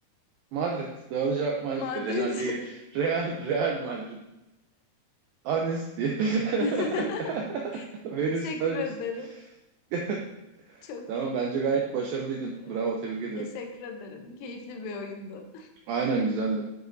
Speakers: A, on the right; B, on the left.
A: Madrid. Doğru cevap Madrid'dir.
B: Madrid.
A: Real değil. Real, Real Madrid. Anüs diye. <laughs>
B: <laughs>
A: Venüs,
B: Teşekkür
A: Anüs.
B: ederim.
A: <laughs>
B: Çok
A: Tamam bence gayet başarılıydın.
B: e,
A: Bravo, tebrik ederim.
B: teşekkür ederim. Keyifli bir oyundu.
A: Aynen güzeldi.